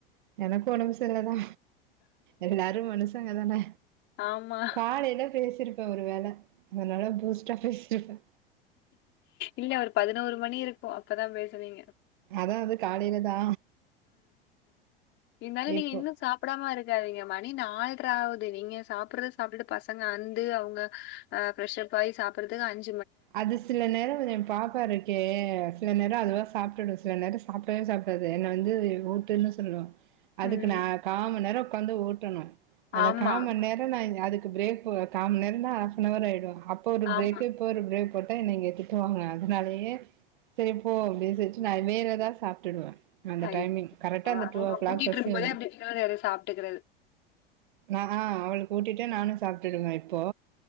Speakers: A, on the right; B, on the left.
A: எனக்கு ஒடம்பு சர்லதா எல்லாரு மனுசங்க தான
B: ஆமா
A: காலைல பேசிருப்ப ஒரு வேல அதுனால பூஸ்ட்டா பேசிருப்ப
B: இல்ல ஒரு பதினோரு மணி இருக்கு அப்பதா பேசுனீங்க
A: அதா அது காலைல தா
B: இந்தாலு நீங்க
A: இப்போ
B: இன்னு சாப்புடாம இருக்காதீங்க மணி நால்ராவுத் நீங்க சாப்புற்றது சாப்ட்டுட்டு பசங்க வந்து அவுங்க அ ஃபிரஷ்ஷப் ஆகி சாப்புற்றதுக்கு அஞ்
A: அது சில நேரொ இது எ பாப்பாருக்கே சில நேரொ அதுவா சாப்ட்டு சில நேரொ சாப்டவே சாப்டாது என்ன வந்து ஊட்டுன்னு சொல்லிடு அதுக்கு
B: ம்.
A: நா கா மண் நேர உக்காந்து ஊட்டணு அந்த
B: ஆமா,
A: கா மண் நேர நா இந்த அதுக் பிரேக் போ காம் நேரதா ஆஃப் நவர் ஆயிடு அப்போ ஒரு
B: ஆமா.
A: பிரேக்கு இப்ப ஒரு ப்ரேவ் போட்டா என்ன இங்க திட்டுவாங்க அதனாலயே சேப் ஓ மேசேச் நா அத் மேல தா சாப்ட்டுடுவ அந்த
B: ஐயோ!
A: டைமிங் கரக்டா அந்த
B: அவங்க
A: டூ ஓ க்ளாக்
B: ஊட்டிட்டு
A: பஸ்சே
B: இருக்கும்போதே
A: வந்து
B: அப்படி கீழ எறங்கி சாப்பிட்டுக்கிறது.
A: நாதா அவளுக் ஊட்டிட்டு நானு சாப்ட்டுடுவ இப்போ